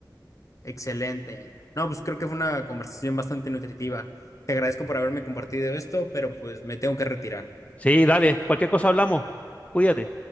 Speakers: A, on the left (about 45°); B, on the left (about 20°).
A: excelente. No, pues creo que fue una conversación bastante nutritiva. Te agradezco por haberme compartido esto, pero pues me tengo que retirar.
B: Sí, dale, cualquier cosa hablamos. Cuídate.